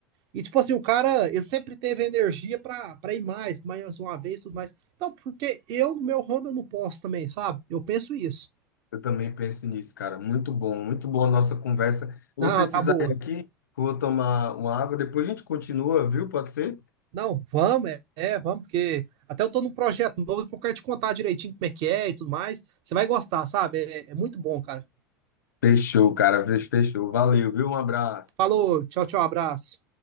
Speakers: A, on the right; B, on the left.
A: E, tipo assim, o cara, ele sempre teve energia pra, pra ir mais, mais uma vez, tudo mais. Então, porque eu, no meu ramo, eu não posso também, sabe? Eu penso isso.
B: Eu também penso nisso, cara. Muito bom, muito boa a nossa conversa. Eu
A: Não,
B: vou precisar
A: tá boa.
B: ir aqui, vou tomar uma água, depois a gente continua, viu? Pode ser?
A: Não, vamos, é, é, vamos, porque até eu tô num projeto novo, eu quero te contar direitinho como é que é e tudo mais. Você vai gostar, sabe? É, é muito bom, cara.
B: Fechou, cara, fechou. Valeu, viu? Um abraço.
A: Falou, tchau, tchau, abraço.